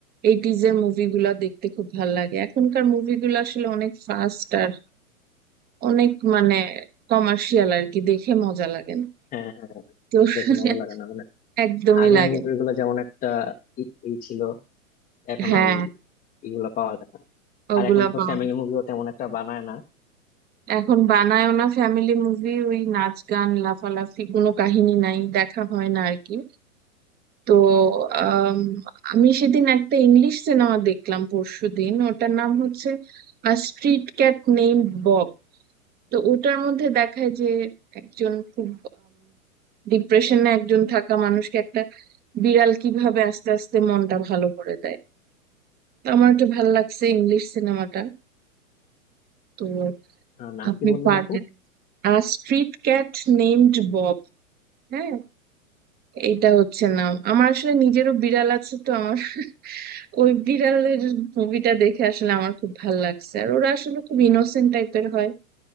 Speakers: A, on the right; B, on the left.
A: এইটিজ এর মুভিগুলা দেখতে খুব ভাল লাগে এখনকার মুভিগুলো আসলে অনেক ফাস্ট আর অনেক মানে কমার্শিয়াল আর কি দেখে মজা লাগে না
B: হ্যাঁ হ্যাঁ হ্যাঁ,
A: তো <laughs>
B: দেখে মজা লাগে না মানে
A: একদমই
B: আগের
A: লাগে
B: মুভিগুলো
A: না।
B: যেমন একটা ই ই ছিল এখন
A: হ্যাঁ
B: আর ওই- এগুলা পাওয়া যায় না
A: ওগুলা
B: আর এখন তো
A: পাওয়া
B: ফ্যামিলি মুভিও তেমন একটা বানায় না
A: এখন বানায়ও না ফ্যামিলি মুভি ওই নাচ গান লাফালাফি কোনো কাহিনী নাই দেখা হয় না আর কি তো আম, আমি সেদিন একটা ইংলিশ সিনেমা দেখলাম পরশুদিন ওটার নাম হচ্ছে স্ট্রিট ক্যাট নেম বব তো ওটার মধ্যে দেখায় যে একজন খুব ডিপ্রেশনে একজন থাকা মানুষকে একটা বিড়াল কিভাবে আস্তে আস্তে মনটা ভালো করে দেয় তো আমার একটু ভালো লাগছে ইংলিশ সিনেমাটা তো
B: আহ, নাম
A: আপনি
B: কি বললেন
A: পারবেন
B: আপু
A: আর স্ট্রিট ক্যাট নেমড বব হ্যাঁ এইটা হচ্ছে না আমার আসলে নিজেরও বিড়াল আছে তো আমার ওই বিড়ালের মুভিটা দেখে আসলে আমার খুব ভাল লাগছে আর ওরা আসলে খুব ইনোসেন্ট টাইপের হয়